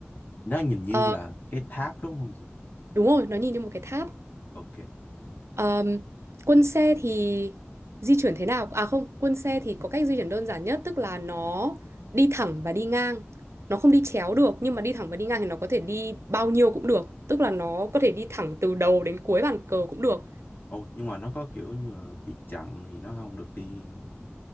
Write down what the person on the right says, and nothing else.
Ờ,
đúng rồi, nó nhìn như một cái tháp.
Ờm, quân xe thì di chuyển thế nào? À không, quân xe thì có cách di chuyển đơn giản nhất, tức là nó đi thẳng và đi ngang. Nó không đi chéo được, nhưng mà đi thẳng và đi ngang thì nó có thể đi bao nhiêu cũng được. Tức là nó có thể đi thẳng từ đầu đến cuối bàn cờ cũng được.